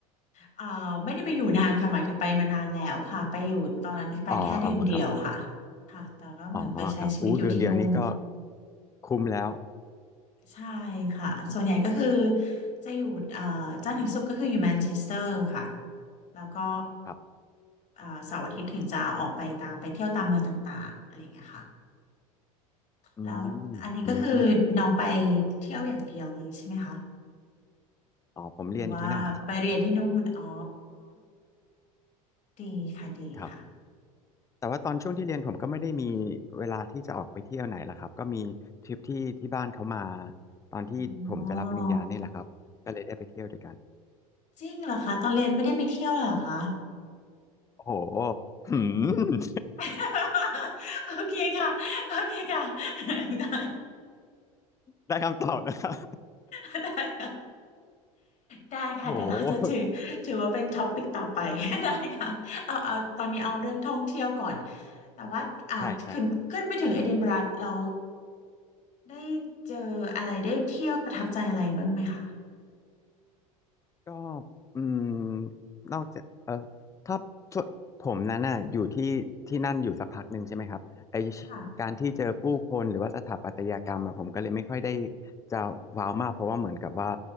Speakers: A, on the left; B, on the left.
A: เอ่อไม่ได้ไปอยู่นานค่ะหมายถึงไปมานานแล้วค่ะไปอยู่ตอนนั้นไปแค่เดือนเดียวค่ะ
B: อ๋ออือ๋อมครับ
A: ค่ะแต่ก็เหมือนไปใช้ชีวิตอยู่ที่นู่น
B: อ๋อครับอู้เดือนเดียวอืนี้ก็มคุ้มแล้ว
A: ใช่ค่ะส่วนใหญ่ก็คือจะอยู่เอ่อจันทร์ถึงศุกร์ก็คืออยู่แมนเชสเตอร์ค่ะแล้วก็
B: ครับ
A: เอ่อเสาร์อาทิตย์ถึงจะออกไปตามไปเที่ยวตามเมืองต่างๆอะไรอย่างเงี้ยค่ะ
B: อืมอืม
A: แล้วอันนี้ก็คือน้องไปเที่ยวอย่างเดียวเลยใช่ไหมคะ
B: อ๋อผมเรียนอยู่ที่นั่นนะครับ
A: หรือว่าไปเรียนที่นู่นอ๋อดีค่ะดีค่ะ
B: ครับแต่ว่าตอนช่วงที่เรียนผมก็ไม่ได้มีเวลาที่จะออกไปเที่ยวไหนละครับก็มีทริปที่ที่บ้านเขามาตอนที่ผมจะรับปริญญาเนี่ยแหละครับก็เลยได้ไปเที่ยวด้วยกัน
A: อ๋อจริงเหรอคะตอนเรียนไม่ได้ไปเที่ยวเลยเหรอคะ
B: โอ้โหหืม <laughs>
A: <laughs> โอเคค่ะโอเคค่ะ <laughs> ได้
B: ได้คำตอบนะครับ
A: ได้ ได้ค่ะเดี๋ยวเราจะถือถือว่าเป็นท็อปิกต่อไป
B: โอ้โห
A: <laughs> ได้ค่ะเอาเอาตอนนี้เอาเรื่องท่องเที่ยวก่อนแต่ว่าอ่าขึ้นขึ้นไปถึงเอดินบะระเรา
B: ใช่ใช่ครับ
A: ได้เจออะไรได้เที่ยวประทับใจอะไรบ้างไหมคะ
B: ก็อืมนอกจากเออถ้าช่วงผมนั้นน่ะอยู่ที่ที่นั่นอยู่สักพักหนึ่งใช่ไหมครับไอ
A: ค่ะ
B: การที่เจอผู้คนหรือว่าสถาปัตยกรรมอะผมก็เลยไม่ค่อยได้จะว้าวมากเพราะว่าเหมือนกับว่า